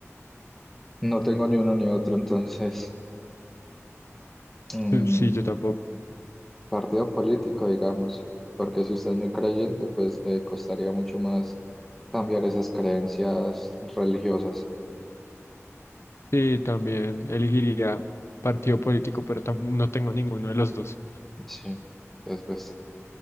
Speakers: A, in the centre; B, on the left.
A: no tengo ni uno ni otro, entonces. mm,
B: Eh, Sí, yo tampoco.
A: partido político, digamos, porque si usted es muy creyente, pues le costaría mucho más cambiar esas creencias religiosas.
B: Sí, también elegiría partido político, pero tam- no tengo ninguno de los dos.
A: Sí, después,